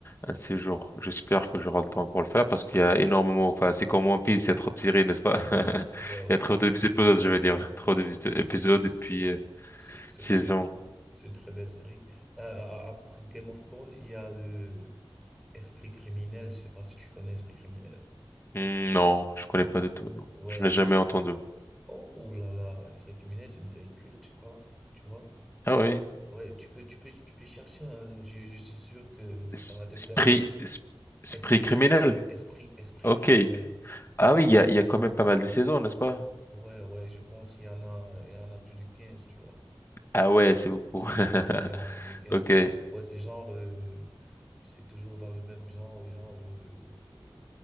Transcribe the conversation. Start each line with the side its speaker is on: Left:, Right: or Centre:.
Left: un de ces jours. J'espère que j'aurai le temps pour le faire parce qu'il y a énormément, enfin, c'est comme One Piece, il y a trop de séries, n'est-ce pas? <laughs>
Centre: ouais, ouais,
Left: Il y a
Centre: c'est,
Left: trop d'épisodes,
Centre: c'est,
Left: je veux dire. Trop
Centre: ouais,
Left: d'épisodes
Centre: c'est, c'est, c'est,
Left: et
Centre: c'est,
Left: puis euh,
Centre: c'est, c'est-
Left: saisons.
Centre: c'est- c'est une très belle série. Euh, après Game of Thrones, il y a euh, Esprit criminel. Je sais pas si tu connais Esprit criminel.
Left: Hmm, non, je connais
Centre: Oh,
Left: pas du tout, non.
Centre: Ouais,
Left: Je
Centre: Esprit.
Left: n'ai jamais entendu.
Centre: Oh, ouh là là, Esprit criminel, c'est une série culte, tu vois. Tu vois.
Left: Ah oui.
Centre: Ouais, tu peux, tu peux, tu peux chercher, hein. Je, je suis sûr que, que
Left: S-
Centre: ça va te plaire.
Left: Esprit,
Centre: C'est
Left: s- esprit
Centre: esprit,
Left: criminel.
Centre: esprit, esprit
Left: Ok.
Centre: criminel.
Left: Ah oui, il y a, il y a quand même pas mal de saisons, n'est-ce pas?
Centre: Ouais, ouais, je pense qu'il y en a, il y en a plus de quinze tu vois.
Left: Ah ouais, c'est beaucoup.
Centre: Wow.
Left: <laughs>
Centre: Ouais, il y en a plus de quinze
Left: Ok.
Centre: Ouais, c'est genre, euh, c'est toujours dans le même genre, genre, euh, euh, euh,